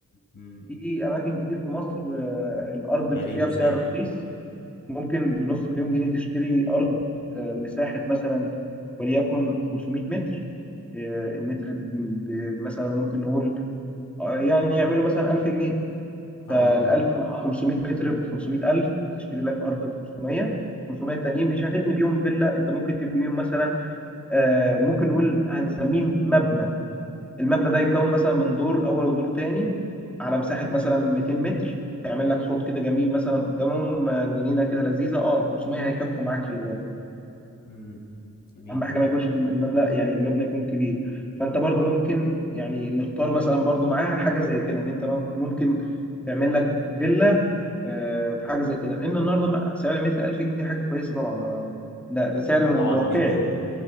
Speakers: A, on the left (about 85°); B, in the centre.
A: مم.
B: في اماكن كتير في مصر آه، الارض
A: غريب
B: فيها
A: ازاي
B: بسعر رخيص ممكن بنص مليون جنيه تشتري ارض آه، مساحه مثلا وليكن 500 متر آه، المتر ب- ب- مثلا ممكن نقول آه، يعني يعملوا مثلا 1000 جنيه
A: اه
B: فال 1000 ب 500 متر ب 500000 تشتري لك ارض ب 500 500 تانيين مش هتبني بيهم فيلا انت ممكن تبني بيهم مثلا آه، ممكن نقول هنسميه مبنى المبنى ده يتكون مثلا من دور اول ودور تاني على مساحه مثلا 200 متر تعمل لك حوض كده جميل مثلا قدامهم آه، جنينه كده لذيذه اه 500 هيكفوا معاك خلي بالك
A: امم جميل
B: اهم حاجه ما يكونش المبنى يعني المبنى يكون كبير فانت برضو ممكن يعني نختار مثلا برضو معاها حاجه زي كده ان انت ممكن تعمل لك فيلا آه، في حاجه زي كده ان النهارده بقى سعر المتر 1000 جنيه دي حاجه كويسه طبعا آه، ده ده سعر
A: طبعا
B: واقعي
A: جدا